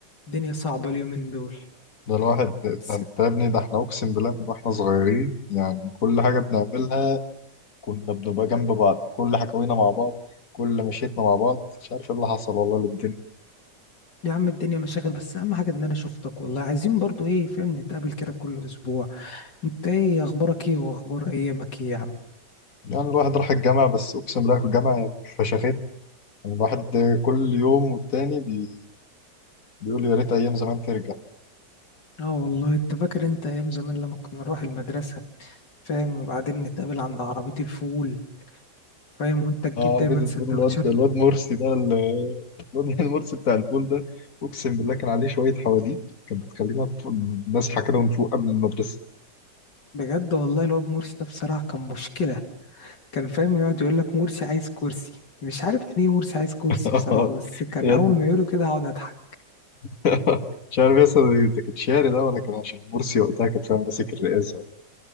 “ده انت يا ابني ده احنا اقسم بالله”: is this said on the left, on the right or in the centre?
Left